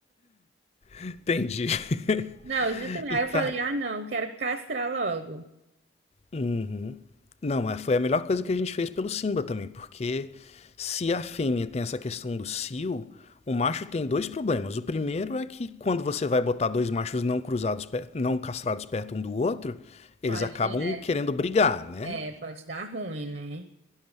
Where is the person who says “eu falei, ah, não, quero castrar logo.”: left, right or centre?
Right